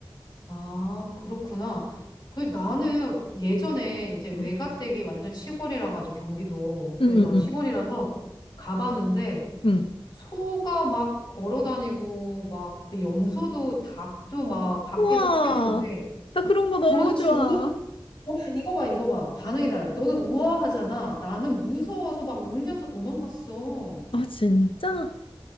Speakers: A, on the left; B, on the left.
A: 아, 그렇구나. 그 나는 예전에 이제 외가댁이
B: 응,
A: 완전 시골이라 가지고 경기도. 그래서
B: 응, 응,
A: 시골이라서
B: 응.
A: 가봤는데
B: 응.
A: 소가 막 걸어 다니고 막 그 염소도 닭도 막 밖에서
B: 우와,
A: 키우는데
B: 나 그런 거 너무
A: 너는 지금
B: 좋아.
A: 우아 와, 이거 봐, 이거 봐. 반응이 달라. 너는 우아하잖아. 나는 무서워서 막 울면서 도망갔어.
B: 아, 진짜?